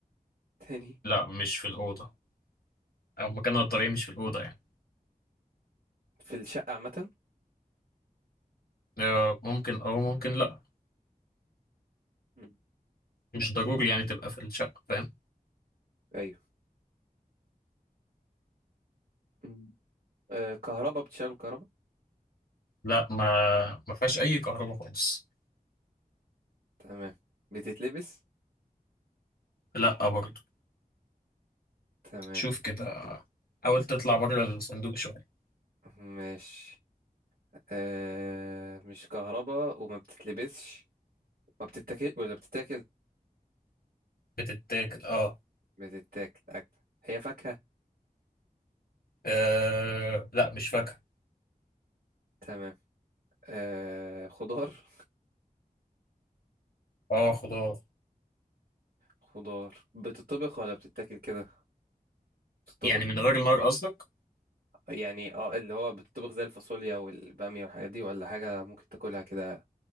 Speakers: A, on the right (about 75°); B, on the left (about 80°).
A: <laughs> تاني
B: لا مش في الأوضة أو مكانها
A: مم.
B: الطبيعي مش في الأوضة يعني
A: في الشقة عامة
B: أه ممكن أو ممكن لأ
A: مم.
B: مش ضروري يعني تبقى في الشقة فاهم
A: ايوه مم. آه كهربا بتشتغل بالكهرباء
B: لأ ما ما فيهاش أي كهرباء خالص
A: تمام بتتلبس
B: لأ برضه
A: تمام
B: شوف كده
A: بتتلبس
B: حاول تطلع بره الصندوق شوية
A: ماشي آه مش كهربا وما بتتلبسش ما بتتاكل ولا بتتاكل
B: بتتاكل اه
A: بتتاكل هي فاكهة
B: آه، لا مش فاكهة
A: تمام آه خضار
B: اه خضار
A: خضار بتطبخ ولا بتتاكل كده بتطبخ
B: يعني من غير النار قصدك؟
A: يعني اه اللي هو بتطبخ زي الفاصوليا والبامية والحاجات دي ولا حاجة ممكن تاكلها كده